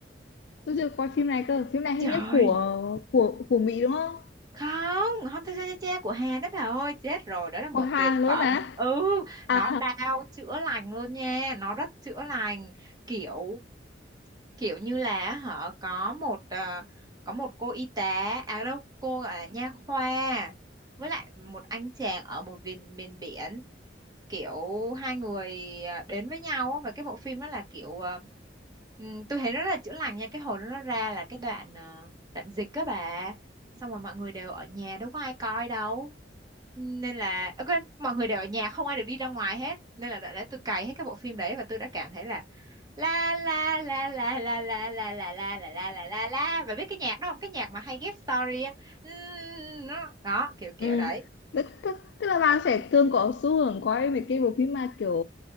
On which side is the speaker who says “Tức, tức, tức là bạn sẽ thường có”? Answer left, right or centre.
Left